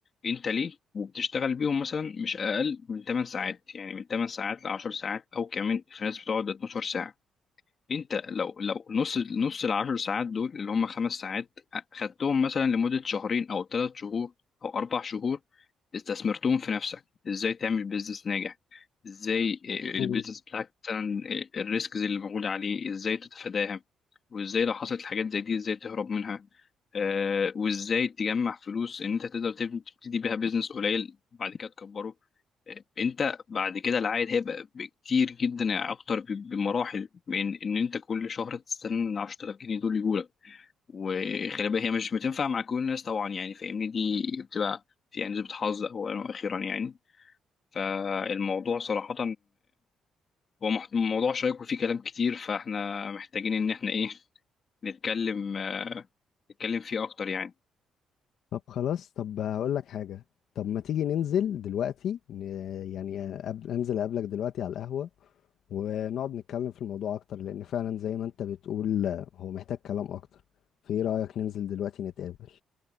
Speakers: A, on the left; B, on the left.
A: انت ليه وبتشتغل بيهم مثلا مش اقل من 8 ساعات يعني من 8 ساعات ل 10 ساعات او كمان في ناس بتقعد 12 ساعة انت لو لو نص نص العشر ساعات دول اللي هم خمس ساعات خدتهم مثلا لمدة شهرين او ثلاث شهور او اربع شهور استثمرتهم في نفسك ازاي تعمل بيزنس ناجح ازاي البيزنس
B: مم.
A: بتاعك مثلا الريسكز اللي موجودة عليه ازاي تتفاداها وازاي لو حصلت حاجات زي دي ازاي تهرب منها آه، وازاي تجمع فلوس ان انت تقدر تب- تبتدي بيها بيزنس قليل بعد كده تكبره انت بعد كده العائد هيبقى بكتير جدا يعني اكتر ب- بمراحل من ان انت كل شهر تستنى ال 10000 جنيه دول يجولك وخلي بالك هي مش بتنفع مع كل الناس طبعا يعني فاهمني دي بتبقى في يعني نسبة حظ اولا واخيرا يعني فالموضوع صراحة هو مح- موضوع شيق وفيه كلام كتير فاحنا محتاجين ان احنا ايه نتكلم نتكلم فيه اكتر يعني
B: طب خلاص طب هقول لك حاجة طب ما تيجي ننزل دلوقتي ن... يعني أب... أنزل أقابلك دلوقتي على القهوة ونقعد نتكلم في الموضوع أكتر لأن فعلا زي ما أنت بتقول آه، هو محتاج كلام أكتر فإيه رأيك ننزل دلوقتي نتقابل